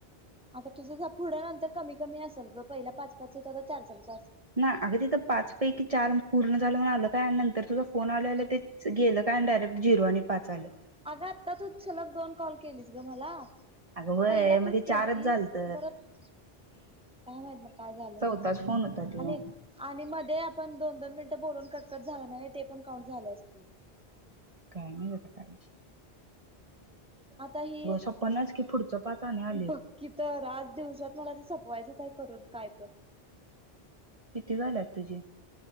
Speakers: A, in the centre; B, on the right.
A: आता तुझं जा पुढं आलतर कमी-कमी असेल ग पहिलया पाच-पाच आता चार-चार अस
B: ना अग तिथं पाच पैकी चार पूर्ण झालं म्हण आलं काय नंतर तुझं? फोन आल्या-आल्या
A: हा
B: तेच गेलं काय अन डायरेक्ट झिरो आणि पाच आलं.
A: अगं आत्ता तूच सलग दोन कॉल केलीस ग मला.
B: अगं व्हय
A: पहिला
B: मग
A: तूच
B: ते चारच
A: केलतीस
B: झालत
A: परत काय माहित मग काय झालं
B: चौथाच फोन होता तो
A: आणि-आणि मध्ये आपण दोन दोन मिनिटं बोलून कट-कट झाला नाही ते पण काउंट झाले असतील.
B: काय माहित आता काय विचे?
A: <inaudible> आता हि
B: छप्पनच की पुढचं पाच आणि आलेत
A: बघक्की तर आज दिवसात मला ते सपवायचं आहे. करून काय पण
B: किती झाल्यात तुझे?